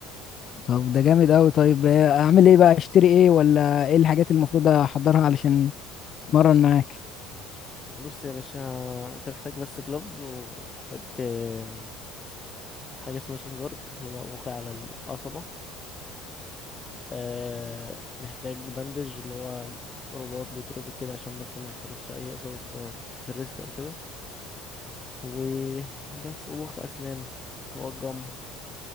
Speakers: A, on the left (about 45°); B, on the left (about 25°).
A: طب ده جامد قوي طيب آه، اعمل ايه بقى اشتري ايه ولا ايه الحاجات اللي المفروض احضرها علشان اتمرن معاك
B: بص يا باشا انت محتاج بس جلوفز ومحتاج آم، حاجه اسمها شين جارد اللي هو واقع على القصبه آه، محتاج بندج اللي هو رباط بيتربط كده عشان بس ما يحصلكش اي اصابه في في الريست او كده وبس وخ أسنان والجم